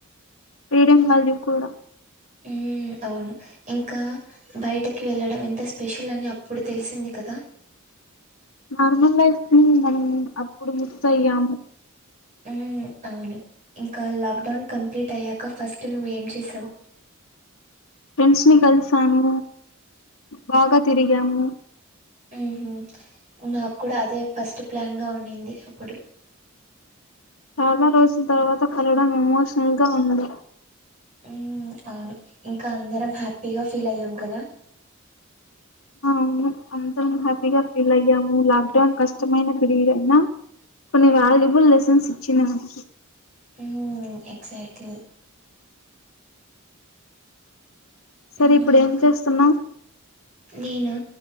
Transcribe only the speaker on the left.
ఫ్రీడమ్ వాల్యూ కూడా
నార్మల్ లైఫ్ ని మనం అప్పుడు మిస్ అయ్యాము
ఫ్రెండ్స్ ని కలిసాను బాగా తిరిగాము
చాలా రోజుల తర్వాత కలవడం ఎమోషనల్ గా ఉంది
ఊహూ అందరం హ్యాపీగా ఫీల్ అయ్యాము లాక్డౌన్ కష్టమైన పీరియడ్ అయినా కొన్ని వాల్యూబుల్ లెసన్స్ ఇచ్చింది మనకి
సరే
ఇప్పుడు
ఏం చేస్తున్నాం